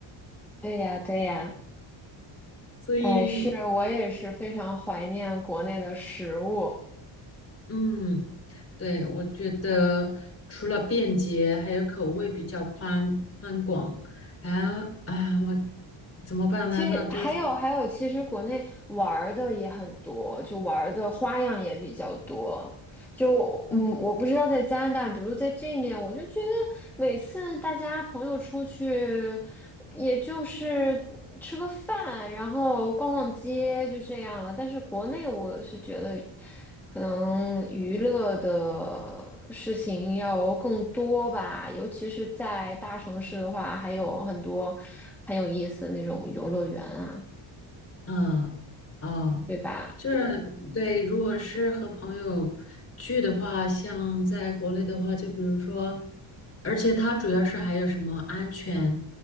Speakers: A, in the centre; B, on the left.
A: 对呀，对呀。
B: 所以
A: 哎，是我也是非常怀念国内的食物。
B: 嗯，对，我觉得除了便捷，还有口味比较宽宽广。啊啊，我怎么办呢？
A: 其实还有还有，
B: 那这个种，
A: 其实国内玩儿的也很多，就玩儿的花样也比较多。就嗯，
B: 嗯
A: 我不知道在加拿大，比如在这面，我就觉得每次大家朋友出去，也就是吃个饭，然后逛逛街，就这样了。但是国内，我是觉得可能娱乐的事情要更多吧，尤其是在大城市的话，还有很多很有意思的那种游乐园啊，
B: 嗯哦，
A: 对吧？
B: 就是对，如果是和朋友聚的话，像在国内的话，就比如说，而且它主要是还有什么安全，